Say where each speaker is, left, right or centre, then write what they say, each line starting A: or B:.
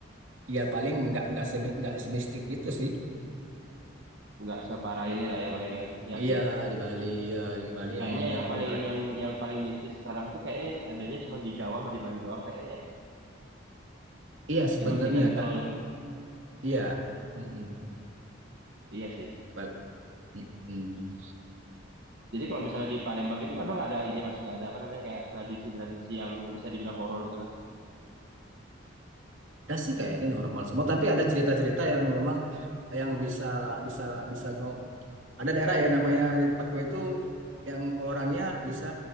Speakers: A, on the right; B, on the right.
A: iya paling nggak nggak semi, nggak semistik itu sih.
B: Nggak separah
A: Nggak-
B: ini lah ya paling kan. Ya
A: Iya
B: sih.
A: di Bali, ya, yang di Bali
B: Kayaknya
A: emang
B: yang
A: yang
B: paling
A: ibarat.
B: yang yang paling mistis sekarang tuh kayaknya adanya cuma di Jawa sama di Bali doang kayaknya ya.
A: Iya sebenarnya
B: Yang masih kental,
A: tak. Iya. Mm-mm.
B: iya sih.
A: Bal- mm-mm.
B: Jadi kalau misalnya di Palembang itu memang nggak ada ini mas, nggak ada apa namanya kayak tradisi-tradisi yang bisa dibilang horor gitu mas.
A: Ada sih kayaknya normal semua, tapi ada cerita-cerita yang memang yang bisa bisa bisa ngo ada daerah ya namanya di tempatku itu yang orangnya bisa